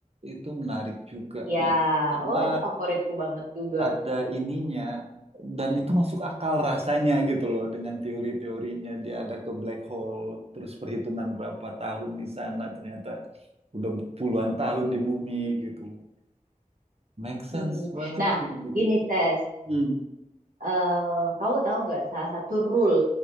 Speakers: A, on the right (about 45°); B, on the right (about 80°).
A: itu menarik juga
B: Ya,
A: gitu karena
B: oh itu favoritku banget juga.
A: ada ininya dan itu masuk akal rasanya gitu loh dengan teori-teorinya dia ada ke black hole terus perhitungan berapa tahun di sana ternyata udah puluhan tahun di bumi gitu loh make
B: Mm-mm.
A: sense banget
B: Nah,
A: film itu
B: gini Ses,
A: Hmm.
B: Eh, kamu tahu nggak salah satu rule